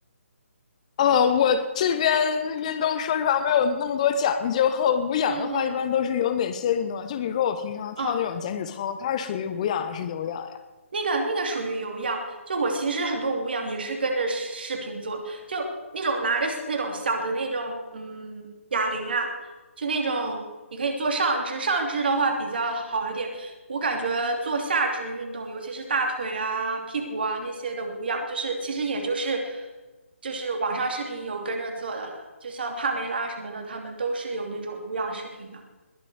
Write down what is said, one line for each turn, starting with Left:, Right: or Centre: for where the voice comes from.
Left: 呃，我这边运动说实话没有那么多讲究，和无氧的话一般都是有哪些运动啊？
Right: 嗯嗯
Left: 就比如说我平常跳那种减脂操，
Right: 嗯，
Left: 它是属于无氧还是有氧呀？
Right: 那个那个属于有氧，就我其实很多无氧也是跟着视频做，就那种拿着那种小的那种嗯哑铃啊，就那种你可以做上肢，上肢的话比较好一点。我感觉做下肢运动，尤其是大腿啊、屁股啊那些的无氧，就是其实也就是就是网上视频有跟着做的了，就像帕梅拉什么的，他们都是有那种无氧视频的。